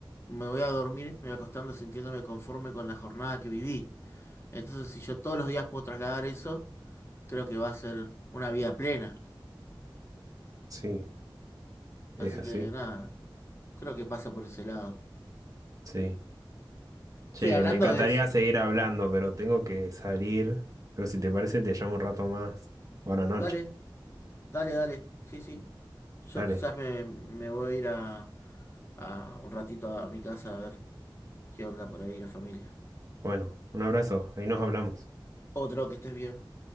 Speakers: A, on the left; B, on the right.
A: me voy a dormir, me voy acostando sintiéndome conforme con la jornada que viví. Entonces, si yo todos los días puedo trasladar eso, creo que va a ser una vida plena.
B: Sí, es
A: Así
B: así.
A: que nada, creo que pasa por ese lado.
B: Sí. Che,
A: Sí, hablando
B: me encantaría
A: de eso,
B: seguir hablando, pero tengo que salir. Pero si te parece, te llamo un rato más. Buenas noches.
A: dale, dale, dale. Sí, sí. Yo
B: Dale.
A: quizás me, me voy a ir a, a un ratito a mi casa a ver qué onda por ahí la familia.
B: Bueno, un abrazo. Ahí nos hablamos.
A: Otro, que estés bien.